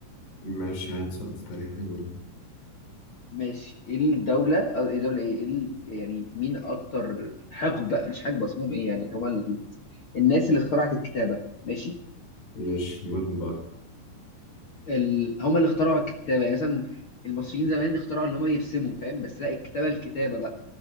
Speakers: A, on the left; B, on the left.
A: ماشي هات سؤال في تاريخ حلو
B: ماشي ايه الدولة او ايه دولة ايه, إيه ال- يعني مين اكتر حقبة مش حقبة اسمهم ايه يعني اللي هما ال... الناس اللي اخترعت الكتابة ماشي
A: مش مالهم بقى
B: ال... هما اللي اخترعوا الكتابة يعني مثلا المصريين زمان اخترعوا ان هما يرسموا فاهم بس لا الكتابة الكتابة بقى